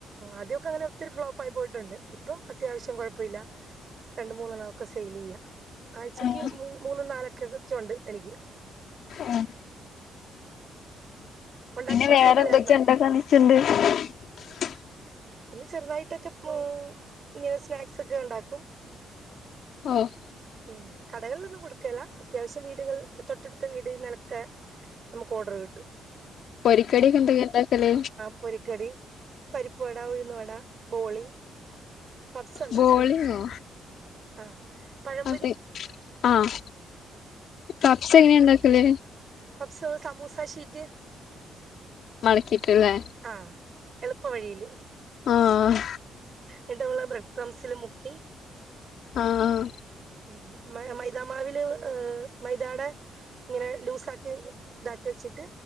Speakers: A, on the right; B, on the left.
A: അതെ അങ്ങനെ ഒത്തിരി ഫ്ലോപ്പ ആയി പോയിട്ടുണ്ട് ഇപ്പം അത്യാവശ്യം കുഴപ്പല്ല രണ്ട് മൂന്നെണ്ണംമൊക്കെ സെയിൽ ചെയ്യാം ആഴ്ചക്ക്
B: ആഹ്
A: മൂന്ന നാലൊക്കെക്കെ ചുണ്ട് എനിക്ക്
B: ഉം
A: ഉണ്ടാക്കി
B: പിന്നെ
A: നോക്കാൻ
B: വേറെന്താക്കെ
A: മേലായിരുന്നോ
B: ണ്ടൊക്കെണച്ചിണ്ട് <inaudible>
A: പിന്നെ ചെറുതായിട്ടൊക്കെ ഇങ്ങനെ സ്നാക്സ് ഒക്കെ ഉണ്ടാക്കും
B: ആഹ്
A: ഉം കടകളിലൊന്നും കൊടുക്കല അത്യാവശ്യം വീടുകൾ തൊട്ടടുത്ത വീട് നിലക്ക് നമുക്കോർഡർ കിട്ടും
B: പൊരിക്കടിയോക്കെ എന്തൊക്കെ ഇണ്ടാക്കല്
A: പൊരുക്കടി പരിപ്പവട ഉഴുന്ന വട ബോളി പബ്സ് ഉണ്ടാക്കും
B: ബോളിയൊ
A: ആ പഴംപൊരി
B: അതെ ആഹ് പഫ്സ എങ്ങനെയെ ഉണ്ടാക്കലേ
A: പഫ്സ സമൂസ ഷീറ്റ്
B: മടക്കിട്ടില്ലേ
A: ആഹ് എളുപ്പ വഴിയില്
B: ആഹ്
A: എന്നിട്ടമ്മള് ബ്രഡ്ക്രംസില് മുക്കി
B: ആഹ്
A: ഉം മൈതാമാവിൽ മൈതാടെ ഇങ്ങനെ ലൂസാക്കി ഇതാക്കി വെച്ചിട്ട്